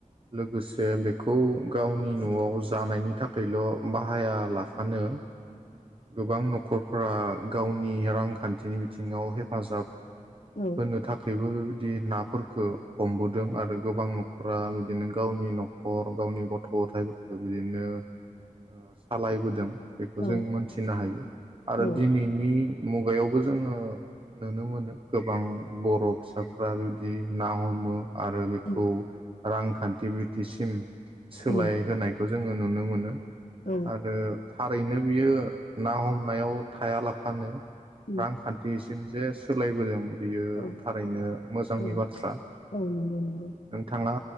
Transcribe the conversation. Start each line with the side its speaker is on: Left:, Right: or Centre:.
Right: लोगोसे बेखौ गावनि न'आव जानायनि थाखायल' बाहाया लाफानो गोबां न'खरफोरा गावनि रांखान्थि नि बिथिङाव हेफाजाब
Left: औ
Right: होनो थाखायबो बिदि नाफोरफोरखौ हमबोदों आरो गोबां न'खरा बिदिनो गावनि न'खर गावनि गथ' गथाइफोरखौ बिदिनो ओ सालायबोदों बेखौ
Left: औ औ
Right: जों मोनथि फिनो हायो आरो
Left: औ
Right: दिनैनि
Left: औ
Right: मुगायावबो जोङो नुनो मोनो गोबां बर' फिसाफ्रा बिबदि ना हमो आरो बेखौ
Left: उम
Right: रांखान्थि बिथिसिम सोलायहोनायखौ
Left: उम
Right: जोङो नुनो मोनो
Left: औ
Right: आरो थारैनो बियो ना हमनायाव थाया लाफानो
Left: उम
Right: रांखान्थिसिम जे सोलायबोदों बियो
Left: औ
Right: थारैनो मोजांनि
Left: औ
Right: बाथ्रा
Left: औ नंगौ नंगौ
Right: नोंथाङा